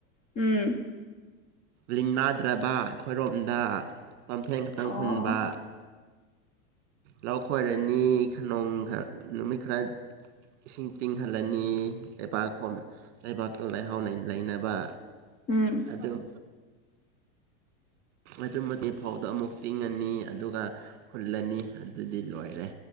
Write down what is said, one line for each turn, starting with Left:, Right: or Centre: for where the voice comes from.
Left: ꯎꯝ
Right: ꯂꯤꯡ ꯅꯥꯗ꯭ꯔꯕ ꯑꯩꯈꯣꯏꯔꯣꯝꯗ ꯄꯝꯐꯦꯟ ꯈꯛꯇꯪ
Left: ꯑꯣ
Right: ꯍꯨꯟꯕ ꯂꯧ ꯈꯣꯏꯔꯅꯤ ꯅꯣꯡ ꯈꯔ ꯅꯨꯃꯤꯠ ꯈꯔ ꯏꯁꯤꯡ ꯇꯤꯡꯍꯜꯂꯅꯤ ꯂꯩꯕꯥꯛꯈꯣꯝ ꯂꯩꯕꯥꯛꯇꯣ ꯂꯩꯍꯥꯎ ꯂꯩꯅꯕ
Left: ꯎꯝ
Right: ꯑꯗꯨꯝ ꯑꯗꯨ ꯃꯗꯤ ꯐꯧꯗꯣ ꯑꯃꯨꯛ ꯇꯤꯡꯉꯅꯤ ꯑꯗꯨꯒ ꯍꯨꯜꯂꯅꯤ ꯑꯗꯨꯗꯤ ꯂꯣꯏꯔꯦ